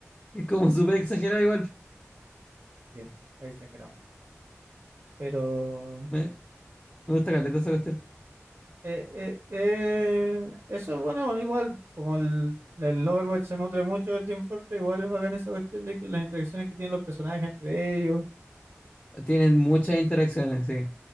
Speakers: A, on the left (about 20°); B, on the right (about 55°).
A: Es como súper exagerado igual.
B: sí, exagerado, pero...
A: Me, me gusta caleta esa cuestión.
B: Eh, eh, eh, eso es bueno, igual como el, el Overwatch se nutre mucho del Team Fortress, igual es bacán esa cuestión de que las interacciones que tienen los personajes entre ellos
A: Tienen muchas interacciones, sí.